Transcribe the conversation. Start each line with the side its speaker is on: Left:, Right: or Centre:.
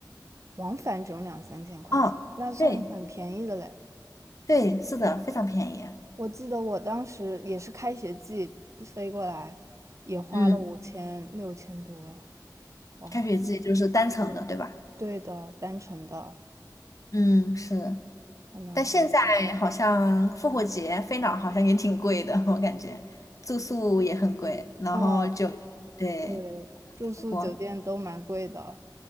Right: 往返只有两三千块钱，
Left: 哦，
Right: 那算很便宜的嘞。
Left: 对对，是的，非常便宜。
Right: 我记得我当时也是开学季飞过来，也花了五千六千多，
Left: 嗯，
Right: 哇，
Left: 开学季就是单程的，
Right: 对，
Left: 对吧？
Right: 对的，单程的
Left: 嗯，是。
Right: 还蛮贵的。
Left: 但现在好像复活节飞哪儿好像也挺贵的，我感觉住宿也很贵，然后就对，
Right: 哦，对，住宿酒店都蛮贵的，
Left: 韩国。